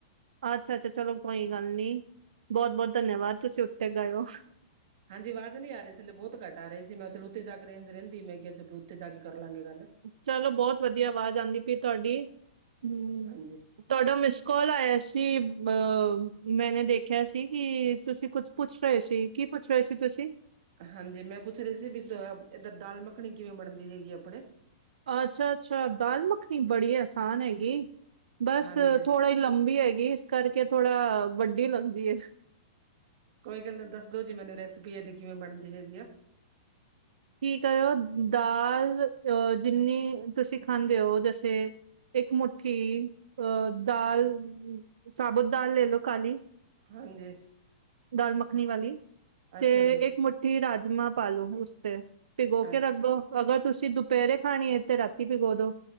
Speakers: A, on the right; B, on the right.
A: ਅੱਛਾ-ਅੱਛਾ ਚਲੋ ਕੋਈ ਗੱਲ ਨੀਂ, ਬਹੁਤ-ਬਹੁਤ ਧੰਨਵਾਦ ਤੁਸੀਂ ਉੱਤੇ ਗਏ ਓ।
B: ਹਾਂਜੀ ਆਵਾਜ਼ ਨਈਂ ਆ ਰਹੀ ਥੱਲੇ, ਬਹੁਤ ਘੱਟ ਆ ਰਹੀ ਸੀ ਮੈਂ ਚਲੋ ਉੱਤੇ ਜਾ ਕੇ ਰੇਂਜ ਰਹਿੰਦੀ ਮੈਂ ਕਿਹਾ ਜ ਉੱਥੇ ਜਾ ਕੇ ਕਰ ਲਾਂਗੇ ਗੱਲ।
A: ਚਲੋ ਬਹੁਤ ਵਧੀਆ, ਆਵਾਜ਼ ਆਉਂਦੀ ਪਈ ਤੁਹਾਡੀ। ਹਂ
B: ਹਾਂਜੀ
A: ਤੁਹਾਡਾ ਮਿਸ ਕਾਲ ਆਇਆ ਸੀ, ਮ ਅਹ ਮੈਨੇ ਦੇਖਿਆ ਸੀ ਕਿ ਤੁਸੀਂ ਕੁਛ ਪੁੱਛ ਰਹੇ ਸੀ, ਕੀ ਪੁੱਛ ਰਹੇ ਸੀ ਤੁਸੀਂ?
B: ਹਾਂਜੀ ਮੈਂ ਪੁੱਛ ਰਹੀ ਸੀ ਵੀ ਇੱਧਰ ਦਾਲ ਮੱਖਣੀ ਕਿਵੇਂ ਬਣਦੀ ਹੈਗੀ ਆਪਣੇ।
A: ਅੱਛਾ ਅੱਛਾ ਦਾਲ ਮੱਖਣੀ ਬੜੀ ਆਸਾਨ ਹੈਗੀ ਬਸ
B: ਹਾਂਜੀ
A: ਥੋੜਾ ਲੰਬੀ ਹੈਗੀ ਇਸ ਕਰਕੇ ਥੋੜਾ ਵੱਡੀ ਲੱਗਦੀ ਹੈ।
B: ਕੋਈ ਗੱਲ ਨਹੀਂ ਦੱਸ ਦੋ ਜੀ ਮੈਨੂੰ ਰੈਸਿਪੀ ਇਹਦੀ ਕਿਵੇਂ ਬਣਦੀ ਹੈਗੀ ਆ।
A: ਕੀ ਕਰੋ ਦਾਲ ਅਹ ਜਿੰਨੀ ਤੁਸੀਂ ਖਾਂਦੇ ਹੋ ਜੈਸੇ ਇੱਕ ਮੁਠੀ ਅ ਦਾਲ ਸਾਾਬੂਤ ਦਾਲ ਲੈਲ ਖਾਲੀ
B: ਹਾਂਜੀ।
A: ਦਾਲ ਮੱਖਣੀ ਵਾਲੀ ਤੇ
B: ਅੱਛਾ ਜੀ
A: ਇੱਕ ਮੁਠੀ ਰਾਜਮਾਂ ਪਾ ਲੋੋ ਉਸ। ਤੇ ਭਿਗੋ ਕੇ
B: ਅੱਛਾ
A: ਰੱਖ ਦੋ ਅਗਰ ਤੁਸੀਂ ਦੁਪਹਿਰੇ ਖਾਣੀ ਤੇ ਰਾਤੀ ਭਿਗੋ ਦੋ।